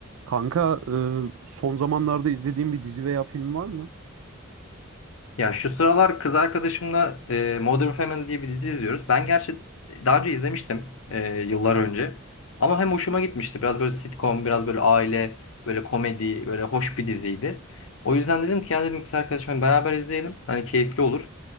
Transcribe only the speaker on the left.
Ya şu sıralar kız arkadaşımla e, Modern Family diye bir dizi izliyoruz. Ben gerçi daha önce izlemiştim e, yıllar önce. Ama hem hoşuma gitmişti. Biraz böyle sitcom, biraz böyle aile, böyle komedi, böyle hoş bir diziydi. O yüzden dedim ki ya dedim kız arkadaşımla beraber izleyelim. Hani keyifli olur.